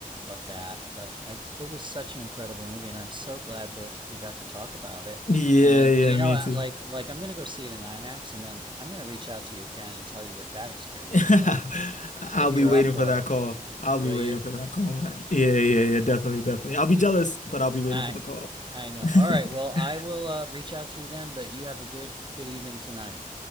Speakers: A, on the right; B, on the left.
A: of that, but I it was such an incredible movie and I'm so glad that we got to talk about it.
B: Yeah,
A: And
B: yeah,
A: you know,
B: me too.
A: like like I'm going to go see it in IMAX and then I'm going to reach out to you again and tell you what that experience
B: <laughs>
A: was like.
B: I'll
A: If
B: be
A: you're
B: waiting
A: up for
B: for that
A: it,
B: call. I'll
A: will
B: be waiting
A: you?
B: for that call, man. Yeah, yeah, yeah, definitely, definitely. I'll be jealous, but I'll be waiting
A: I
B: for the call.
A: I know.
B: <laughs>
A: All right, well, I will uh, reach out to you then, but you have a good good evening tonight.